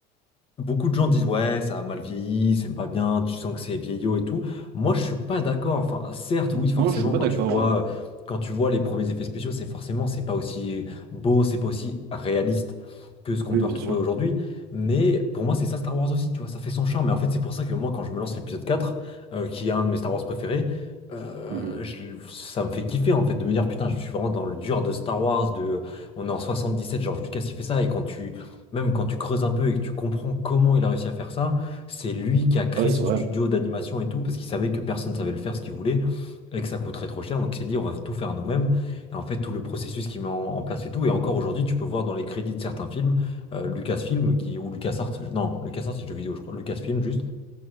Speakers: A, on the left; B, on the right.
A: Beaucoup de gens disent ouais, ça a mal vieilli, c'est pas bien, tu sens que c'est vieillot et tout. Moi, je suis pas d'accord. Enfin, certes, oui, forcément,
B: Non, je suis pas
A: quand
B: d'accord.
A: tu vois,
B: ouais.
A: euh, quand tu vois les premiers effets spéciaux, c'est forcément, c'est pas aussi beau, c'est pas aussi réaliste que ce qu'on
B: Oui,
A: peut
B: bien
A: retrouver
B: sûr.
A: aujourd'hui. Mais pour moi, c'est ça Star Wars aussi, tu vois, ça fait son charme. Et en fait, c'est pour ça que moi, quand je me lance l'épisode quatre euh, qui est un de mes Star Wars préférés, euh,
B: Mhm.
A: je- ça me fait kiffer en fait de me dire putain, je suis vraiment dans le dur de Star Wars, de, on est en 77, George Lucas il fait ça, et quand tu même quand tu creuses un peu et que tu comprends comment il a réussi à faire ça, c'est lui qui a créé
B: Ouais, c'est
A: son
B: vrai.
A: studio d'animation et tout, parce qu'il savait que personne savait le faire ce qu'il voulait et que ça coûterait trop cher. Donc il s'est dit, on va tout faire nous-mêmes. Et en fait, tout le processus qu'il met en, en place et tout. Et encore aujourd'hui, tu peux voir dans les crédits de certains films, euh, Lucasfilm qui, ou LucasArts, non, LucasArts c'est le jeu vidéo, je crois, Lucasfilm juste.